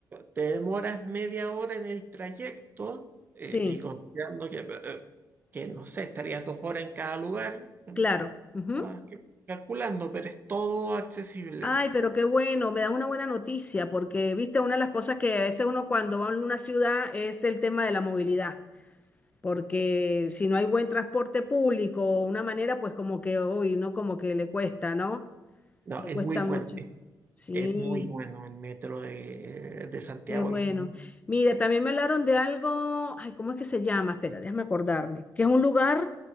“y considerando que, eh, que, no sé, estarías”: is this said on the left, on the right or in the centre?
Right